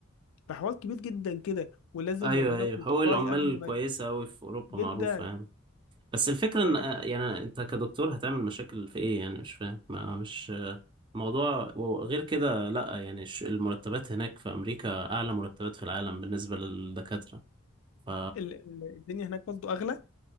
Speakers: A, on the left (about 80°); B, on the right (about 25°).
A: فحوار كبير جدا كده ولازم
B: ايوه
A: يعملوا
B: ايوه
A: لك نوتيفاي
B: هو العمال
A: قبل ما
B: كويسة اوي في اوروبا
A: جدا
B: معروفة يعني بس الفكرة ان
A: بقول
B: آه،
A: لك
B: يعني انت كدكتور هتعمل مشاكل في ايه يعني مش فاهم ما مش آه، موضوع وغير كده لا يعني الش- المرتبات هناك في امريكا اعلى مرتبات في العالم بالنسبة للدكاترة ف
A: ال... ال- الدنيا هناك برضه اغلى